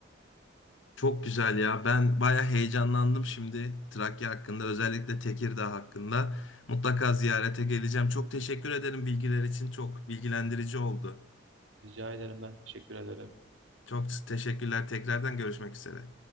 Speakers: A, on the left; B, on the right.
A: Çok güzel ya. Ben baya heyecanlandım şimdi Trakya hakkında özellikle Tekirdağ hakkında. Mutlaka ziyarete geleceğim. Çok teşekkür ederim bilgiler için. Çok bilgilendirici oldu.
B: Rica ederim ben teşekkür ederim.
A: Çok teşekkürler. Tekrardan görüşmek üzere.